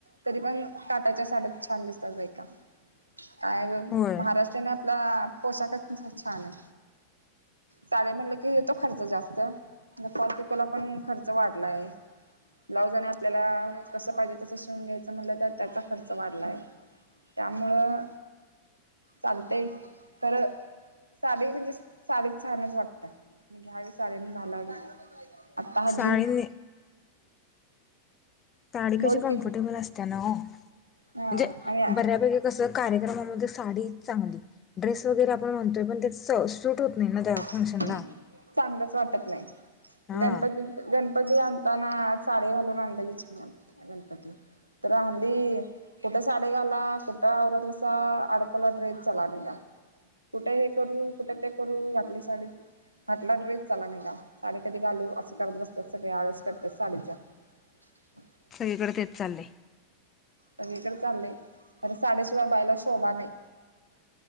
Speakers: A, on the right (about 85°); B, on the left (about 25°).
A: तरी पण काटाच्या साड्यात छान दिसतात बायका. काय
B: होय
A: महाराराष्ट्रीयना. पोशाखच तसा छानय. साडया म्हणलं की येतो खर्च जास्त, फॉल - पिकोला पण खर्च वाढलाय. ब्लाउज आणि आपल्याला कसं पाहिजे तसं, शिवून घ्यायचं म्हटलं तर, त्याचा खर्च वाढलाय. त्यामुळं चालतय खरं. साडी म्हणजे, साडीत छानच वाटतय. घ्यावी साडी न घालावी. <unintelligible> आता <unintelligible>
B: साडीने साडी
A: बोल
B: कशी कम्फर्टेबल
A: की
B: असतेया ना ओ.
A: हा
B: म्हणजे,
A: आणि
B: बऱ्यापैकी कस कार्यक्रमामध्ये साडी चांगली. ड्रेस वगैरे आपण म्हणतोय पण स शुट होत नाही ना
A: <unintelligible>
B: त्या फंक्शनला
A: चांगलंच वाटत नाही.
B: हा
A: गणपतीत, गणपती आण ताना साडी घालून आणलेल, छान वाटत गणपती. तर हल्ली, कुठे साडी घाला? कुठ आवरत बसा. आडकला ड्रेस चला निघा. कुठ हे करू, कुठे ते करू <unintelligible> आणि साडी. हटला ड्रेस चला निघा. साडी कधी घालू? असं करत बसतात सगळे. आळस करत्यात साडीचा. <unintelligible>
B: सगळीकड तेच चाललंय.
A: सगळीकडे चाललंय. अरे साडेसोळा बायला शोभा नाही.